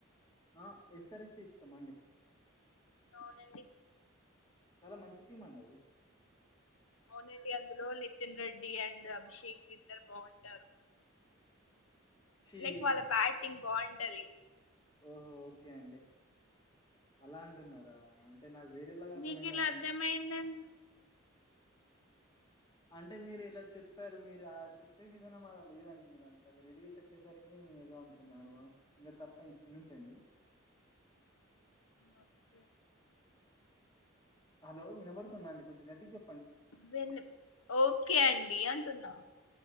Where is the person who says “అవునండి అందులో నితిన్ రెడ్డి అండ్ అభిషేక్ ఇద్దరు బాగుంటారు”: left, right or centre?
Left